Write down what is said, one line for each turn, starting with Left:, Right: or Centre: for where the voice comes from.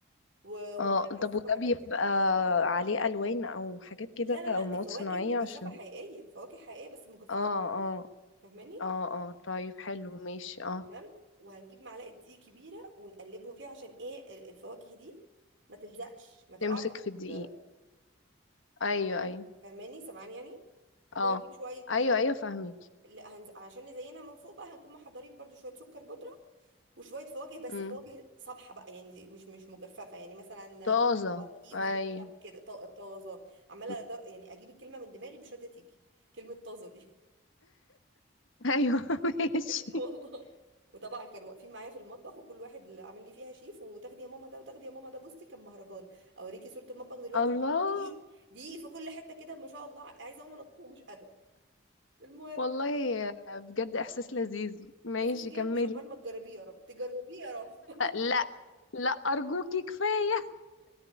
Right: و- وكرز
Left: اه طب وده
Right: وحاجات
Left: بيبقى
Right: كده
Left: عليه الوان او حاجات كده
Right: لا لا
Left: او
Right: لا دي
Left: مواد
Right: فواكه
Left: صناعيه
Right: مجففه
Left: عشان
Right: حقيقيه فواكه حقيقيه بس مجففه
Left: اه اه
Right: فاهماني
Left: اه اه طيب حلو ماشي اه
Right: تمام وهنجيب معلقه دقيق كبيره ونقلبهم فيها عشان ايه ال- الفواكه دي ما تلزقش ما تقعش
Left: تمسك
Right: في
Left: في الدقيق
Right: ال-
Left: ايوه ايوه
Right: فاهماني سامعاني يعني
Left: اه
Right: وهنجيب شويه
Left: ايوه
Right: آه،
Left: ايوه فاهمك
Right: لا هنز... عشان نزينها من فوق بقى هنكون محضرين برضو شويه سكر بودره وشويه فواكه بس
Left: امم
Right: فواكه صبحه بقى يعني مش مش مجففه يعني مثلا
Left: طازه
Right: فراوله كيوي
Left: ايوه
Right: عنب كده ط- طازه عماله
Left: اه
Right: أدر- يعني اجيب الكلمه من دماغي مش راضيه تيجي كلمه طازه دي
Left: ايوه <laughs> ماشي
Right: بجد والله وطبعا كانوا واقفين معايا في المطبخ وكل واحد اللي عامل لي فيها شيف وتاخدي يا ماما ده وتاخدي يا ماما ده بصي كان مهرجان اوريكي صورة المطبخ دلوقتي
Left: الله
Right: دقيق دقيق في كل حتة كده ما شاء الله عايزة اقوم انضفه ومش قادرة المهم
Left: والله بجد احساس لذيذ ماشي
Right: لذيذ جدا
Left: كملي
Right: <laughs> عقبال ما تجربيه يا رب تجربيه يا رب
Left: لا لا ارجوكي كفايه